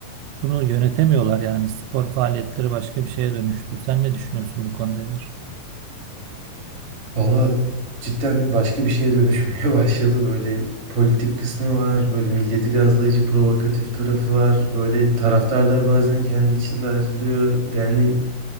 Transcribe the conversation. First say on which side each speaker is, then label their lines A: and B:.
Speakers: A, on the right; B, on the right.
A: Bunu yönetemiyorlar yani. Spor faaliyetleri başka bir şeye dönüştü. Sen ne düşünüyorsun bu konuda Emir?
B: Valla cidden başka bir şeye dönüşmeye <laughs> başladı. Böyle politik kısmı var. Böyle milleti gazlayıcı provokatif tarafı var. Böyle taraftarlar bazen kendi içinde ayrılıyor. Yani